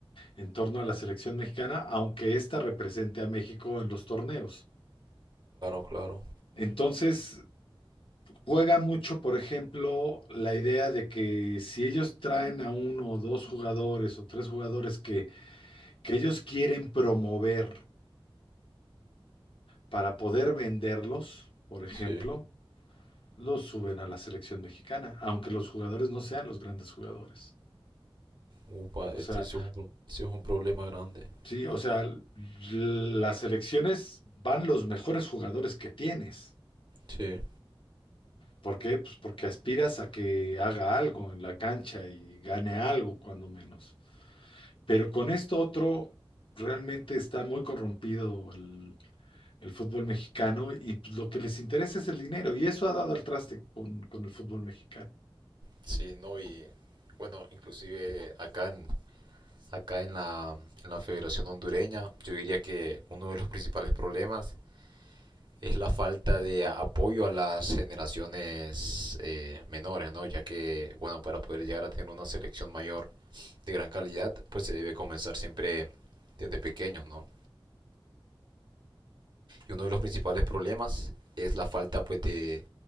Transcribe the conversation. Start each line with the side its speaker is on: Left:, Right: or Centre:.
Left: en torno a la selección mexicana, aunque ésta represente a México en los torneos.
Right: claro.
Left: Entonces, Juega mucho, por ejemplo, la idea de que si ellos traen a uno o dos jugadores o tres jugadores que, que ellos quieren promover para poder venderlos, por ejemplo,
Right: Sí.
Left: los suben a la selección mexicana, aunque los jugadores no sean los grandes jugadores.
Right: Upa, este
Left: O sea,
Right: sí es un, pro- este es un problema grande.
Left: sí, o sea, l- las selecciones van los mejores jugadores que tienes.
Right: Sí.
Left: ¿Por qué? Pues porque aspiras a que haga algo en la cancha y gane algo, cuando menos. Pero con esto otro, realmente está muy corrompido el, el fútbol mexicano y pues, lo que les interesa es el dinero y eso ha dado al traste con, con el fútbol mexicano.
Right: Sí, no, y bueno, inclusive acá en, acá en la, en la Federación Hondureña, yo diría que uno de los principales problemas es la falta de apoyo a las generaciones eh, menores, ¿no? Ya que, bueno, para poder llegar a tener una selección mayor de gran calidad, pues se debe comenzar siempre desde pequeños, ¿no? Y uno de los principales problemas es la falta, pues, de,